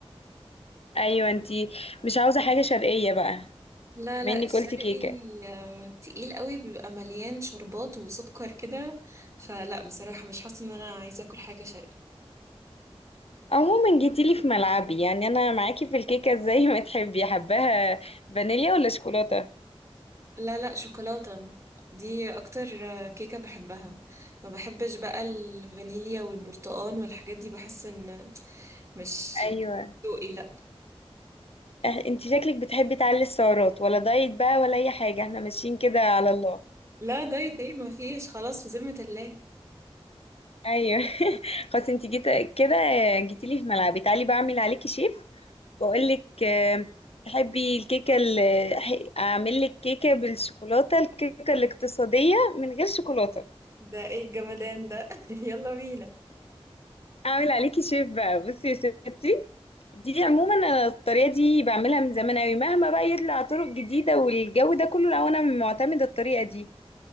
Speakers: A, on the left (about 75°); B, on the right (about 30°).
A: ايوه انتي مش عاوزه حاجه شرقيه بقى
B: لا
A: مني
B: لا الشرقي
A: قلتي كيكه
B: آه، تقيل قوي بيبقى مليان شربات وسكر كده فلا بصراحة مش حاسة إن أنا عايزة أكل حاجة شرقي
A: عموما جيتيلي في ملعبي يعني انا معاكي في الكيكه زي <laughs> ما تحبي حباها فانيليا ولا شوكولاته
B: لا لا شوكولاتة دي اكتر آه، كيكة بحبها ما بحبش بقى الفانيليا والبرتقال والحاجات دي بحس ان مش
A: ايوه
B: ذوقي لا
A: اه، انتي شكلك بتحبي تعلي السعرات ولا دايت بقى ولا اي حاجه احنا ماشيين كده على الله
B: لا دايت ايه ما فيش خلاص في ذمة الله
A: ايوه <laughs> خلاص انتي جيت كده جيتيلي في ملعبي تعالي بعمل عليكي شيف واقول لك آه، تحبي الكيكه اللي أح- اعمل لك كيكه بالشوكولاته الكيكه الاقتصاديه من غير شوكولاته
B: ده ايه الجمدان ده <laughs> يلا بينا
A: اعمل عليكي شيف بقى بصي يا ستي دي عموما انا الطريقه دي بعملها من زمان قوي مهما بقى يطلع طرق جديده والجو ده كله لو انا معتمده الطريقه دي